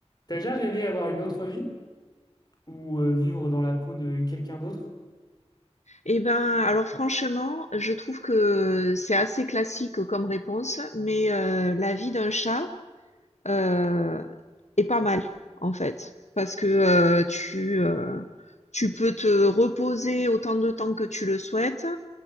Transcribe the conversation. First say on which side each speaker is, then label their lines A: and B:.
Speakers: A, on the left; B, on the left.
A: T'as déjà rêvé avoir une autre vie ou euh, vivre dans la peau de quelqu'un d'autre?
B: Eh ben, alors franchement, je trouve que c'est assez classique comme réponse, mais euh, la vie d'un chat euh, est pas mal en fait, parce que euh, tu euh, tu peux te reposer autant de temps que tu le souhaites.